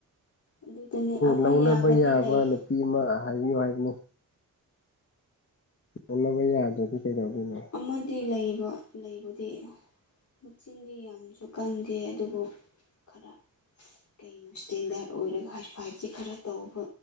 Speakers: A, on the left (about 55°); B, on the left (about 35°).
A: ꯑꯗꯨꯗꯅꯦ ꯑꯃ
B: ꯂꯧꯅꯕ
A: ꯌꯥꯕꯗꯤ
B: ꯌꯥꯕ
A: ꯂꯩꯌꯦ
B: ꯅꯨꯄꯤ ꯑꯃ ꯍꯥꯏꯕꯤꯌꯨ ꯍꯥꯏꯕꯅꯤ ꯂꯅꯕ ꯌꯥꯗ꯭ꯔꯗꯤ ꯀꯩꯗꯧꯗꯣꯏꯅꯣ
A: ꯑꯃꯗꯤ ꯂꯩꯕ ꯂꯩꯕꯨꯗꯤ ꯃꯛꯆꯤꯟꯗꯤ ꯌꯥꯝꯁꯨ ꯀꯟꯗꯦ ꯑꯗꯨꯕꯨ ꯈꯔ ꯀꯩꯅꯣ ꯏꯁꯇꯦꯟꯗꯥꯔꯠ ꯑꯣꯏꯔꯒ ꯍꯥꯏ ꯐꯥꯏꯚꯁꯦ ꯈꯔ ꯇꯧꯕ